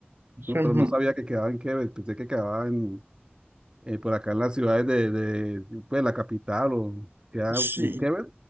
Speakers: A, on the right; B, on the right.
A: eso
B: No,
A: es
B: pero
A: mu-
B: no sabía que quedaba en Quebec, pensé que quedaba en, eh, por acá en las ciudades de, de, pues, la capital o quedaba
A: Sí.
B: en Quebec.